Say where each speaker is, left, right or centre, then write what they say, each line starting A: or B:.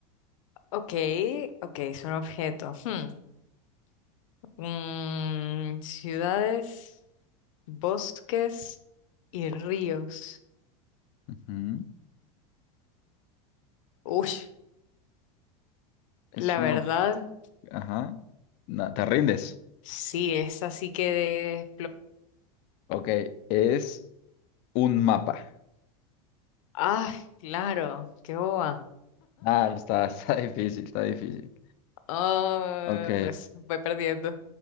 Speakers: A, on the left (about 60°); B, on the left (about 35°).
A: Ok, ok, es un objeto. Hmm, mm, ciudades, bosques y ríos.
B: Ujú.
A: Uy,
B: Es
A: la
B: uno,
A: verdad,
B: ajá. No, te rindes.
A: sí, es así que
B: Ok, es un mapa.
A: Ah, claro, qué boba.
B: Ah, está, <laughs> está difícil, está difícil.
A: Ah,
B: Ok,
A: pues voy perdiendo.